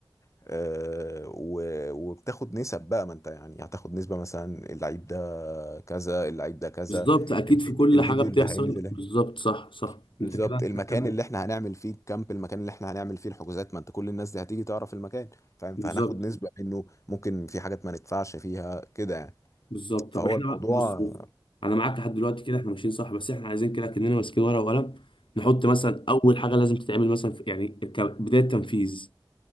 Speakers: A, on the left (about 35°); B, on the left (about 75°).
A: آه، و- وبتاخد نسب بقى ما انت يعني هتاخد نسبة مثلا اللعيب ده كذا اللعيب ده كذا
B: بالظبط اكيد
A: الفيديو,
B: في كل
A: الفيديو
B: حاجة بتحصل
A: اللي هينزل هنا.
B: بالظبط صح صح
A: بالظبط
B: انت كده انت
A: المكان
B: كده
A: اللي احنا هنعمل فيه الكامب المكان اللي احنا هنعمل فيه الحجوزات ما انت كل الناس دي هتيجي تعرف المكان فاهم
B: بالظبط
A: فهناخد نسبة منه ممكن في حاجات ما ندفعش فيها كده يعني
B: بالظبط
A: فهو
B: طب احنا
A: الموضوع
B: بص بص انا معاك لحد دلوقتي كده احنا ماشيين صح بس احنا عايزين كده كاننا ماسكين ورقه وقلم نحط مثلا اول حاجه لازم تتعمل مثلا في يعني كبدايه تنفيذ